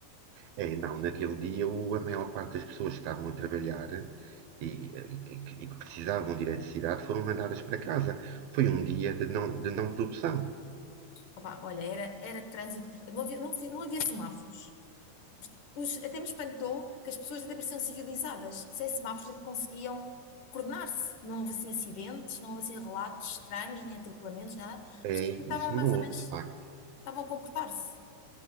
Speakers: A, on the right (about 75°); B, on the left (about 65°).
A: É, não, naquele dia o- a maior parte das pessoas que estavam a trabalhar e, e que e que precisavam de eletricidade foram mandadas para casa. Foi um dia de não, de não produção.
B: Opá, olha, era, era trânsito, não havia, não havia, não havia semáforos. Os- até me espantou que as pessoas até pareciam civilizadas, sem semáforos até conseguiam coordenar-se. Não houve assim acidentes, não houve assim relatos estranhos, nem atropelamentos, nada. As
A: É,
B: pessoas até estavam
A: isso não
B: mais
A: houve,
B: ou menos,
A: de facto.
B: estavam a comportar-se.